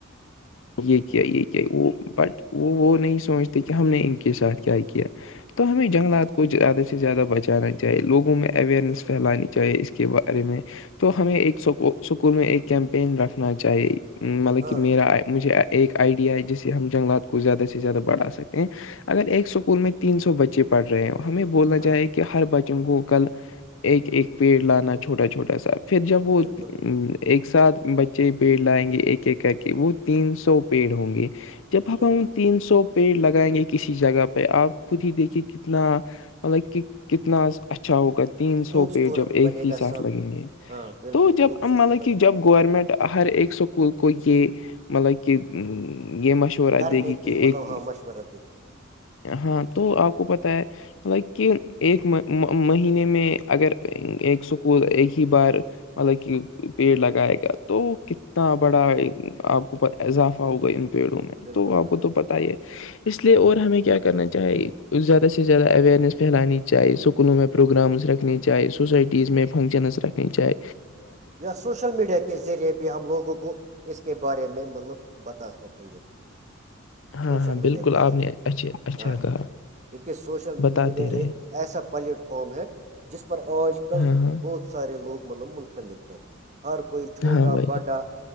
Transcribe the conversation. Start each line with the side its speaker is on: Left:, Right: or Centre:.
Left: یہ
Right: بالکل
Left: کیا یہ کیا وہ بٹ وہ وہ نہیں سمچتے کہ ہم نے ان کے ساتھ کیا کیا تو ہمیں جنگلات کو زیادہ سے زیادہ بچانا چاہے لوگوں میں اوئرنیس
Right: بالکل
Left: پھیلانی چاہے اس کے بارے میں تو ہمیں ایک سک سکول میں ایک کیمپین رکھنا چاہیے مطلب
Right: ہاں
Left: کہ میرا مجھے ایک آئیڈیا ہے جس سے ہم جنگلات کو زیادہ سے زیادہ بڑھا سکتے ہیں اگر ایک اسکول میں تین سو بچے پڑھ رہے ہیں ہمیں بولا
Right: ہاں
Left: جائے کہ ہر بچوں کو کل ایک ایک پیڑ لانا چھوٹا چھوٹا سا پھر جب وہ
Right: بالکل
Left: ایک ساتھ بچے پیڑ لائیں گے ایک ایک کر کے وہ تین سو پیڑ ہوں گے جب اب
Right: بالکل
Left: ہم تین سو پیڑ لگائیں گے کسی جگہ پہ آپ خود ہی دیکھیے کتنا مطلب کہ کتنا اچھا ہوگا تین سو
Right: خوبصورت
Left: پہ جب ایک
Right: بنے
Left: ہی
Right: گا
Left: ساتھ
Right: سب
Left: لگیں گے
Right: ہاں بالکل
Left: تو جب
Right: خوبصورتی
Left: مطلب
Right: بڑھے
Left: کہ جب
Right: گی
Left: گورنمنٹ ہر ایکک سکول کو یہ مطلب کہ یہ مش چ رہا
Right: کرنے
Left: دیک گی کہ
Right: کی مطلب
Left: ایک
Right: ہاں مشورہ دے
Left: ہاں تو آپ کو پتا ہے لطائک کہ ایک مہینے میں اگر ایک سکول ایک ہی بار مطلب کہ پیڑ لگائے گا تو کتنا بڑا آپ اوپ اضافہ ہوگا ان پیڑوں میں
Right: بالکل
Left: تو آپ
Right: بالکل
Left: کو تو پت ہی ہے اس لیے اور ہمیں کیا کرنا چاہی زیادہ سے زیادہ اوئرنیس پھیلانی چاہے اسکولوں میں پروگرامس رکھنے چاہے سوسائٹیز میں فنکشنز رکھنی چاہی
Right: یا سوشل میڈیا کے ذریعے بھی ہم لوگوں کو اس کے بارے میں مطلب بتا سکیں گے
Left: ہاں
Right: سوشل
Left: ہاں
Right: میڈیا
Left: بالکل
Right: کے
Left: آپ
Right: ذریعے
Left: نے
Right: بھی
Left: اچھے اچھا
Right: ہاں
Left: کہا
Right: کیونکہ سوشل
Left: بتاتے
Right: میڈیا
Left: رہے
Right: ایک ایسا پلیٹ فارم ہے جس پر آج کل
Left: ہاں ہاں
Right: بہت سارے لوگ م منسلک ہیں ہر کوئی چھوٹا
Left: ہاں بھائی
Right: باڈا